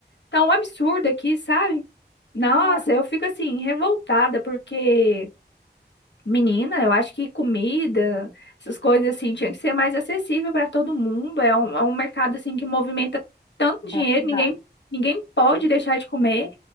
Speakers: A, on the left; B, on the left.
A: tá um absurdo aqui, sabe? Nossa,
B: Caramba.
A: eu fico assim, revoltada, porque Menina, eu acho que comida, essas coisas assim, tinha que ser mais acessível para todo mundo. É um, é um mercado assim que movimenta tanto dinheiro,
B: É verdade.
A: ninguém, ninguém pode deixar de comer.